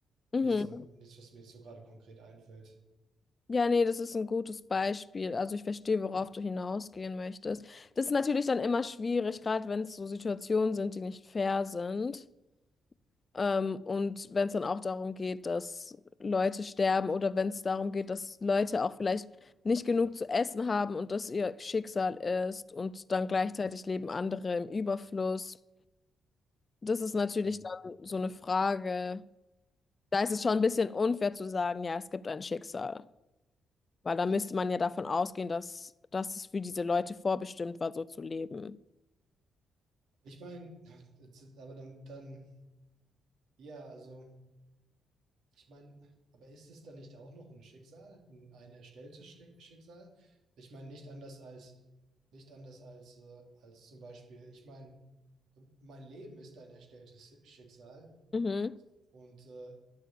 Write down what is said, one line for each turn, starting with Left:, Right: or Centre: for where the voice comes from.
Left: Mhm.
Right: nichts, am- nichts, was mir jetzt so gerade konkret einfällt.
Left: Ja, nee, das ist ein gutes Beispiel. Also ich verstehe, worauf du hinausgehen möchtest. Das ist natürlich dann immer schwierig, gerade wenn es so Situationen sind, die nicht fair sind. Ähm, und wenn es dann auch darum geht, dass Leute sterben oder wenn es darum geht, dass Leute auch vielleicht nicht genug zu essen haben und das ihr Schicksal ist und dann gleichzeitig leben andere im Überfluss. Das ist natürlich
Right: Mhm.
Left: dann so eine Frage. Da ist es schon ein bisschen unfair zu sagen, ja, es gibt ein Schicksal, weil da müsste man ja davon ausgehen, dass, dass es für diese Leute vorbestimmt war, so zu leben.
Right: Ich meine, aber dann, dann, ja, also, ich meine, aber ist es dann nicht auch noch ein Schicksal, ein ein erstelltes Schi- Schicksal? Ich meine, nicht anders als, nicht anders als, äh, als zum Beispiel, ich meine, mein Leben ist ein erstelltes Schicksal
Left: Mhm.
Right: und äh,